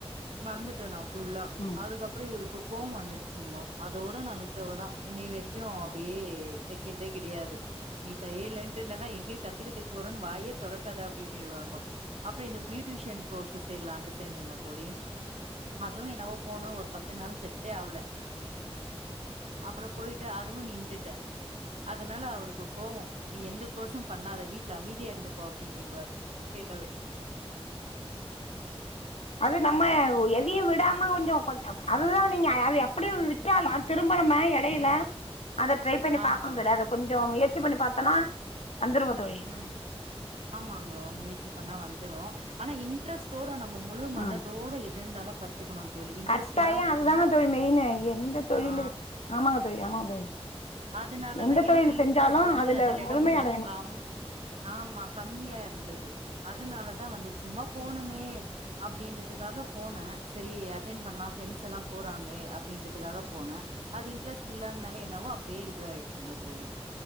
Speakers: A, on the right; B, on the left.
A: மறந்துட்டே நா ஃபுல்லா
B: ம்
A: அதுக்கப் அப்புறோ இருக்கு கோவோ வந்துடுச்சிங்கோ அதோட நா விட்டவதா இன்ன வரைக்கோ அப்புடியே தெக்கிறதே கெடையாது நீ தையலன்ட்டு நின்ன எங்கே கத்துக்கறதுக்கு போறோன்னு வாயே தெறக்காதா அப்டீன்னுவாங்கோ அப்புறோ இந்த பியூட்டிஷியன் கோர்ஸு சேர்லா சேர்ந்தங்கோ தோழி அதுவு என்னவோ போனோ ஒரு பத்து நாள் செட்டே ஆவுல அப்புறம் போயிட்டு அதுவு நின்டுட்டே அதனால அவுருக்கு கோவோ நீ எந்த கோர்ஸ்சு பண்ணாத வீட்ல அமைதியா இருந்துக்கோ அப்டீன்னிடுவாரு கேட்டாவே
B: அது நம்ம எதையு விடாம கொஞ்சோ கொஞ்சம் அதுதா நீங்க ஆ அது அப்புடியே வி ட்டாலோ திருமணமாய் எடையில அத ட்ரை பண்ணி
A: ஆமா
B: பாக்கணோ தோழி அதா கொஞ்சோ முயற்சி பண்ணி பாத்தோனா வந்துருவோ தோழி
A: ம் ஆமாங்கோ முயற்சி பண்ணா வந்துரோ ஆனா இன்ட்ரெஸ்ட் டோட நம்ம முழு மனதோட
B: ம்
A: எத இருந்தாலு கத்துக்கணோ தோழி இன்ட்ரெஸ்ட்
B: கட்டாயோ
A: இல்லாம கத்துக்குனா
B: அதுதாங்க தோழி மெயினு எந்த தொழிலு
A: ஆ
B: ஆமாங்க தோழி ஆமாங்க தோழி
A: அதுனாலதா
B: எந்த
A: எனக்கு
B: தொழில் செஞ்சாலு
A: இன்ட்ரெஸ்ட் வந்து
B: அதுல
A: அதுலலா
B: முழுமை
A: கொஞ்சோ
B: அடையணு
A: கம் ஆமா கம்மியா இருந்தது அதனாலதா வந்து சும்மா போணுமே அப்டீன்றுதுக்காக போனே செரி அட்டென் பண்லா ஃப்ரெண்ட்ஸ் எல்லா போறாங்களே அப்டீனுறதுக்காக போனே அது இன்டரெஸ்ட் இல்லதுனாலே என்னாவோ அப்டியே இதுவாயிச்சுங்க தோழி